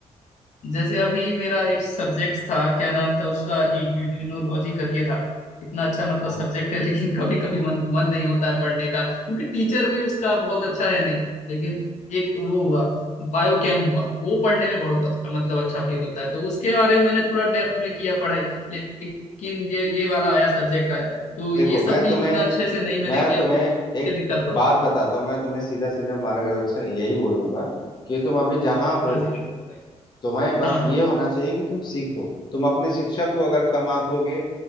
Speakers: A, on the left (about 80°); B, on the left (about 40°).
A: जैसे अभी मेरा एक सब्जेक्ट था क्या नाम था उसका इम्यूनोलॉजी करके था इतना अच्छा मतलब
B: हाँ
A: सब्जेक्ट है लेकिन कभी कभी मन मन नहीं होता है पढ़ने का क्योंकि टीचर भी उसका बहुत अच्छा है नहीं लेकिन एक वो हुआ बायोकेम हुआ वो पढ़ने में बहुत अच्छा, मतलब अच्छा फील होता है तो उसके बारे में मैंने थोड़ा डेप्थ में किया पढ़ाई लेकिन ये ये वाला आया सब्जेक्ट आया तो
B: देखो
A: ये सब
B: मैं
A: भी
B: तुम्हें
A: उतना अच्छे से नहीं मैंने
B: मैं
A: किया
B: तुम्हें
A: पढ़ाई
B: एक
A: ये दिक्कत हो
B: बात
A: रहा है
B: बताता हूँ मैं तुम्हें सीधा सीधा मार्गदर्शन यही बोलूंगा कि तुम अभी जहाँ हो
A: हाँ जी बताइए
B: तुम्हें बस
A: हाँ हाँ
B: ये होना चाहिए कि तुम सीखो तुम अपने शिक्षक को अगर कम आंकोगे